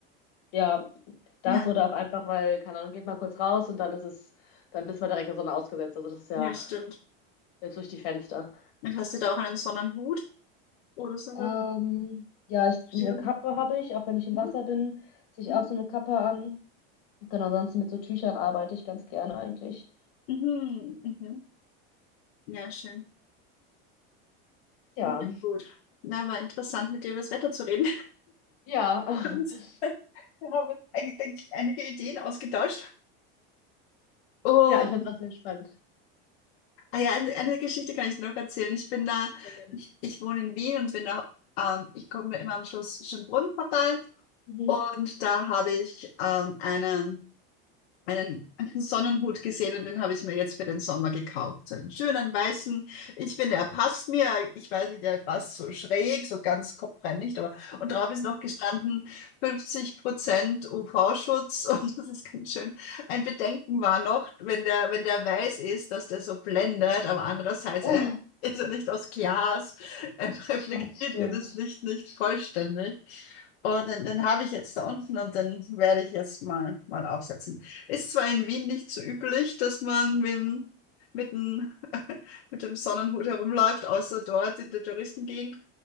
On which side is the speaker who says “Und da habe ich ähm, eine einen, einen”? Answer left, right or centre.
Left